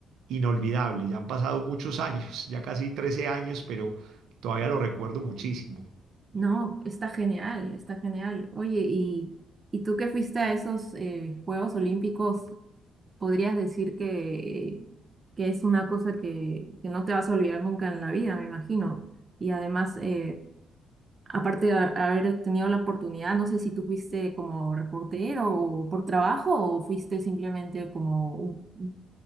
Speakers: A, on the right; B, on the right.
A: inolvidable. Ya han pasado muchos <laughs> años, ya casi 13 años, pero todavía lo recuerdo muchísimo.
B: No, está genial, está genial. Oye, ¿y, y tú que fuiste a esos eh, Juegos Olímpicos? podrías decir que, que es una cosa que, que no te vas a olvidar nunca en la vida, me imagino. Y además, eh, aparte de ha- haber tenido la oportunidad, no sé si tú fuiste como reportero o por trabajo o fuiste simplemente como un un